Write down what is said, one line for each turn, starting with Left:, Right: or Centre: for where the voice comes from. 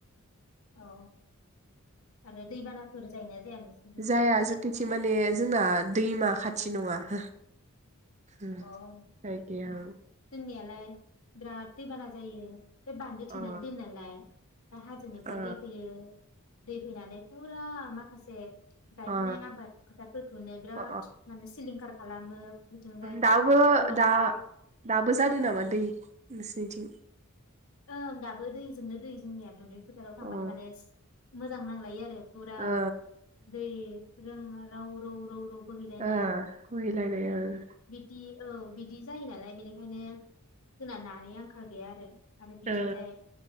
Left: औ आरो दैबानाफोर जायोना जाया नोंसोरजों
Right: जाया जोंथिं सि माने जोंना दैमा खाथि नङा हो उम
Left: अ उम
Right: जायगाया
Left: उम जोंनियालाय बिराद दैबाना जायो बे बान्दो थेनानै
Right: ओ
Left: दोनो नालाय हाजोनिफ्राय
Right: ओ
Left: दै फैयो दै फैनानै फुरा माखासे गायखानाय
Right: ओ
Left: आबाद फोथारफोरखौनो बिराद
Right: अ
Left: माने सिलिंखार खालामो बिथिंजाय
Right: दाबो बो ओ
Left: फल'थ'
Right: दा दाबो जादों नामा दै नोंसिनिथिं?
Left: ओं दाबो दैजोंनो दै जोंनिया दुब्लि फोथाराव थांबथाय
Right: अ
Left: माने मो मोजां नांलायो आरो फुरा
Right: ओ
Left: दै रों रौ रौ रौ रौ बोहैलायनाय
Right: ओ बोहैलायनाय
Left: ओमफ्राय
Right: ओं
Left: बिदि औ बिदि जायो नालाय बेनिखायनो जोंना नानि आंखाल गैया आरो आरो बिथिंजाय
Right: ओ